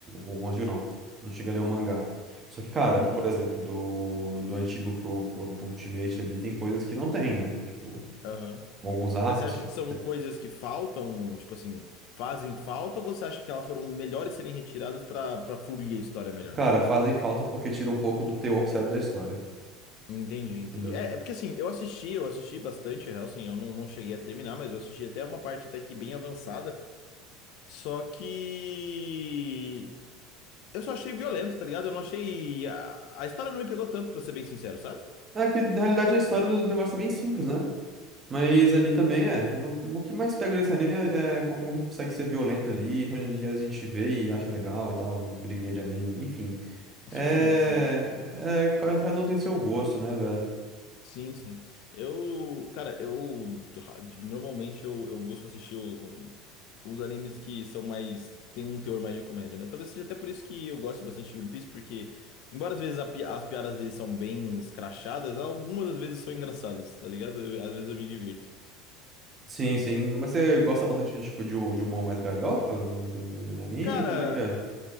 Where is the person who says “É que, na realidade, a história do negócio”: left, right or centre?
Right